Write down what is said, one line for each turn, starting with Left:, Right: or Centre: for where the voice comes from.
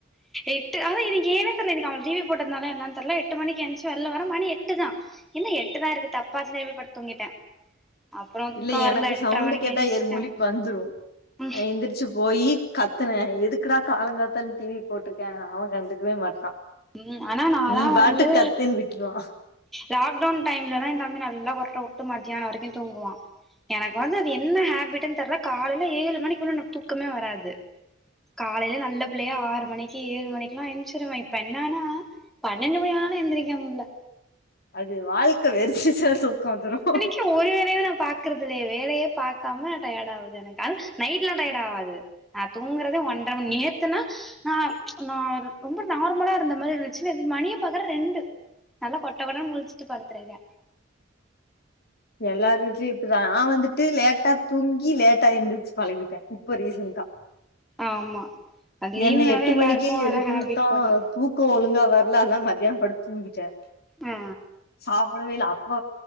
Centre: எட்டு அதா இன்னைக்கி ஏனே தெர்ல இன்னைக்கு அவ டி வி போட்டதுனால என்னன்னு தெர்ல எட்டு மணிக்கெஞ்சு வெள்ல வர மணி எட்டு தா என்ன எட்டுதா இருக்கு தப்பாச்சு திரும்பிப்படுத்து தூங்கிட்டே அப்புறோ தூக்கோ
Left: இல்ல
Centre: வரல
Left: எனக்கு
Centre: எட்ர
Left: சவுண்டு
Centre: மணிக்கு
Left: கேட்டா
Centre: எந்திச்சிட்டே
Left: ஏறு முழிப் வந்துரு
Centre: ம்
Left: ஆ எந்திருச்சுப் போயி கத்துனே எதுக்குடா காலங்காத்தால டி வி போட்டிருக்கே அவ கண்டுக்கவே மாட்டா
Centre: ம் ஆனா நாலா
Left: நீ
Centre: வந்து
Left: பாட்டுக்கு கத்துன்னு விட்ருவா
Centre: லாக்டவுன் டைம்லலா எ தம்பி நல்லா கொரட்ட வுட்டு மத்தியான வரைக்கு தூங்குவா எனக்கு வந்து அது என்ன ஹேபிடன்னு தெர்ல காலையில ஏழு மணிக்குள் எனக்கு தூக்கமே வராது காலையில நல்ல பிள்ளையா ஆறு மணிக்கு ஏ மணிக்கெல்லா எஞ்ச்சுருவ இப்ப என்னான்னா பன்னெண்டு மணி ஆனாலு எந்திரிக்க முட்ல
Left: அது வாழ்க்கை வெறுச்சிச்ச தூக்க வந்துரு
Centre: இல்ல ஒரு வேலையு நா பாக்குறது இல்லையே வேலையே பாக்காம டயர்ட் ஆகுது எனக்கு அது நைட்லா டயர்ட் ஆவாது நா தூங்குறதே ஒன் டைம் நேத்துனா ஆ நா ரொம்ப நார்மலா இருந்த மாரி இருந்துச்சு நேத்து மணிய பாக்கற ரெண்டு நல்லா கொட்டக்கொட்ட முழிச்சுட்டு படுத்துருக்க
Left: எல்லாரு வீட்லயும் இப்படிதான் நா வந்துட்டு லேட்டா தூங்கி லேட்டா எந்திருச்சு பழகிட்டேன் இப்ப ரீசன்ட்டா
Centre: ஆமா அது லீவுனாலே
Left: என்ன எட்டு
Centre: எல்லாருக்கு
Left: மணிக்கே எலுப்பியுட்ட
Centre: அதா ஹேபிட் போல
Left: தூக்கே ஒழுங்கா வரல அதா மதியானம் படுத்து தூங்கிட்டடேன்
Centre: ஆ
Left: சாப்படவே இல்ல அப்ப